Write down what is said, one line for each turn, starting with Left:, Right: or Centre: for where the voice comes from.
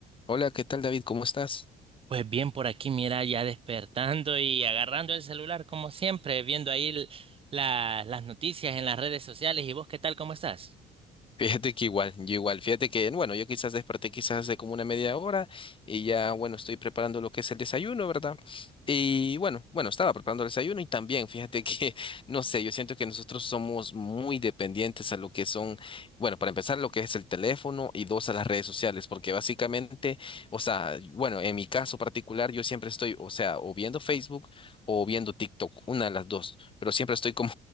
Left: Hola, ¿qué tal David? ¿Cómo estás?
Right: Pues bien, por aquí, mira, ya despertando y agarrando el celular como siempre, viendo ahí l- la- las noticias en las redes sociales. ¿Y vos qué tal? ¿Cómo estás?
Left: Fíjate que igual, yo igual, fíjate que, bueno, yo quizás desperté quizás hace como una media hora y ya, bueno, estoy preparando lo que es el desayuno, ¿verdad? Y bueno, bueno, estaba preparando el desayuno y también, fíjate que, <laughs> no sé, yo siento que nosotros somos muy dependientes a lo que son, bueno, para empezar, lo que es el teléfono y dos, a las redes sociales, porque básicamente, o sea, bueno, en mi caso particular, yo siempre estoy, o sea, o viendo Facebook o viendo TikTok, una de las dos, pero siempre estoy como